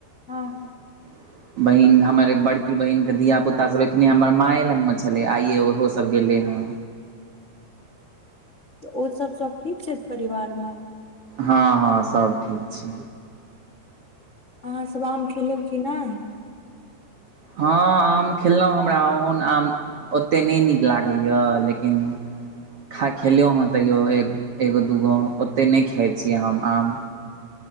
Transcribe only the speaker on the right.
ह बहिन हमर बड़की बहिनके धिया पुता सब एखने हमर माये लगमे छलै आइए ओहोसब गेलै हँ
हँ हँ सब ठीक छै
हँ आम खेलौं हमरा ओहन आम ओतेक नइ नीक लागइ य लेकिन खा खेलौ हं तैओ एक एगो दूगो ओते नइ खाइ छी हम आम